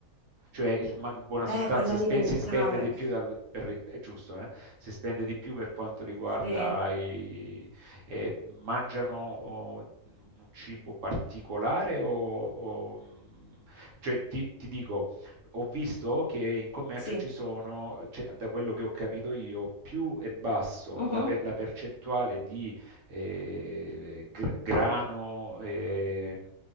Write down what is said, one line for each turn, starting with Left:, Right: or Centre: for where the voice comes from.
Right: Cioè, il ma- in buona
Left: Eh,
Right: sostanza,
Left: quell'alimentare.
Right: spe- si spende di più, dal- per- è giusto, eh? Si spende di più per quanto riguarda
Left: Sì,
Right: i... eh, mangiano oh, un cibo particolare o... o, mm, cioè, ti, ti dico, ho visto che in commercio
Left: sì.
Right: ci sono, cioè, da quello che ho capito io, più è basso
Left: Mhm.
Right: la per- la percentuale di eh, gr- grano, eh,